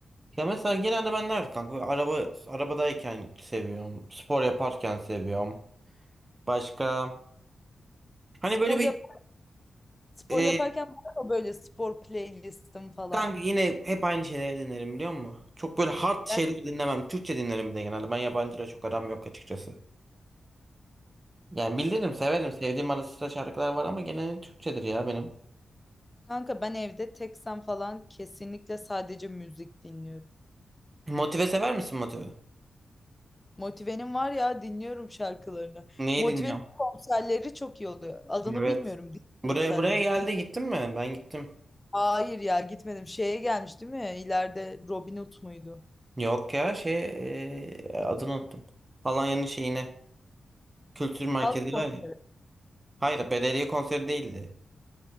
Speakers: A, on the right; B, on the left.
A: Ya mesela genelde ben nerede kanka? Böyle Araba, arabadayken seviyorum. Spor yaparken seviyorum. Başka? Hani
B: Spor
A: böyle bir
B: yap spor
A: e,
B: yaparken var mı böyle spor playlistim falan?
A: kanka yine hep aynı şeyleri dinlerim biliyor musun? Çok böyle hard şeyleri
B: Ya
A: dinlemem. Türkçe dinlerim bir de genelde. Ben yabancıyla çok aram yok açıkçası. Yani bilirim severim. Sevdiğim ara sıra şarkılar var ama genelde Türkçedir ya benim.
B: Kanka ben evde teksem falan kesinlikle sadece müzik dinliyorum.
A: Motive sever misin Motive?
B: Motive'nin var ya dinliyorum şarkılarını.
A: Neyi
B: Motive'nin
A: dinliyorum?
B: konserleri çok iyi oluyor. Adını
A: Evet.
B: bilmiyorum, dinliyorum
A: Buraya
B: sadece.
A: buraya geldi gittin mi? Ben gittim.
B: Hayır ya gitmedim. Şeye gelmiş değil mi? İleride Robin Hood muydu?
A: Yok ya şey e, adını unuttum. Alanya'nın şeyine. Kültür merkezi
B: Halk kon-
A: var ya. Hayır, belediye konseri değildi.